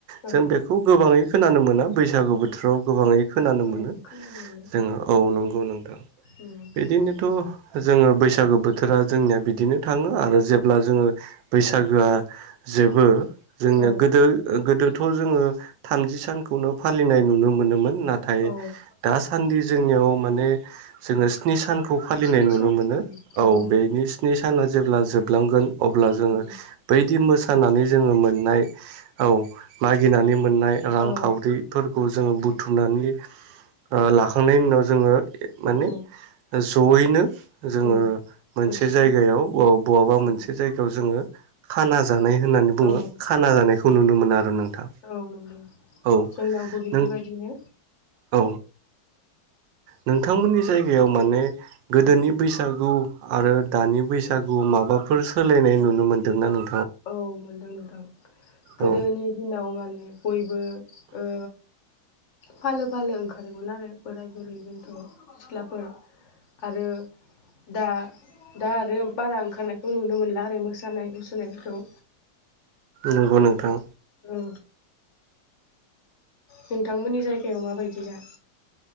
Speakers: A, on the left (about 40°); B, on the right (about 75°).
A: औ
B: जों बेखौ गोबाङै खोनानो मोना बैसागु बोथोराव गोबाङै खोनानो मोनो
A: औ खोनानो मोनो
B: जोङो औ नंगौ नोंथां।
A: उम
B: खिनथु जोङो बैसागो बोथोरा जोंनिया बिदिनो थाङो आरो जेब्ला जोङो बैसागोआ जोबो जोंनिया
A: औ
B: गोदो ओ-गोदो थ' जोङो थामजि सानखौनो फालिनाय नुनो मोनोमोन। नाथाय
A: औ
B: दासान्दि जोंनियाव माने जोङो स्नि सान खौ फालिनाय
A: स्नि
B: नुनो
A: सान
B: मोनो
A: उम नंगौ
B: औ बेनि स्नि साना जेब्ला जोब लांगोन अब्ला जोङो
A: औ
B: बैदि मोस सानानै जोङो मोननाय औ मागिनानै मोननाय रां
A: औ
B: खावरि फोरखौ जोङो बुथुमनानै लाखांनायनि उनाव जोङो माने
A: औ
B: जयैनो जोङो
A: उम
B: मोनसे
A: बोथिसे
B: जायगायाव बहाबा
A: उम
B: मोनसे जायगायाव जोङो खाना जानाय होननानै बुङो
A: औ
B: खाना जानायखौ
A: उम
B: नुनो मोनो आरो नोंथां
A: औ नंगौ
B: औ
A: जोंनावबो बेफोरबायदिनो
B: नों औ नोंथांमोननि जायगायाव माने गोदोनि
A: औ
B: बैसागु आरो दानि बैसागु माबाफोर सोलायनाय नुनो मोन्दोंना नों
A: औ मोनदों नोंथां गोदोनि
B: औ
A: दिनाव माने बयबो ओ फालो फालो ओंखारोमोन आरो बोराय बुरै बेन्थ' सिख्लाफोर आरो दा दा आरो बारा ओंखारनायखौ नुनो मोनला आरो मोसानाय मुसुरनायफोरखौ।
B: नंगौ नोंथां
A: औ नोंथांमोननि जायगायाव माबायदि दा